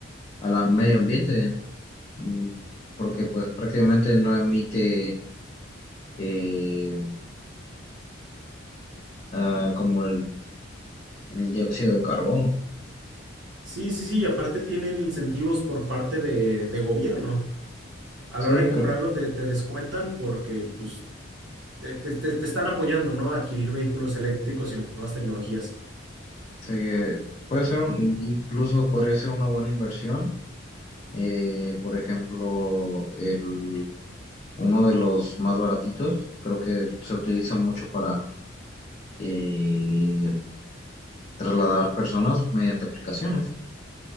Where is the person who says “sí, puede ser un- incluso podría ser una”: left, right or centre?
Left